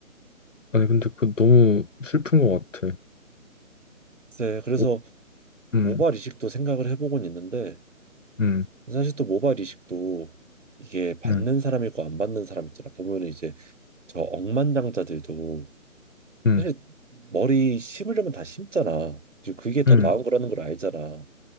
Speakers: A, on the left; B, on the right.
A: 아니, 근데 그 너무 슬픈 것 같아.
B: 네, 그래서
A: 어, 음,
B: 모발 이식도 생각을 해보곤 있는데
A: 음,
B: 사실 또 모발 이식도 이게 받는
A: 음,
B: 사람이고 안 받는 사람 있잖아. 보면은 이제 저 억만장자들도
A: 음,
B: 사실 머리 심으려면 다 심잖아. 이제 그게 더
A: 음,
B: 나은 거라는 걸 알잖아.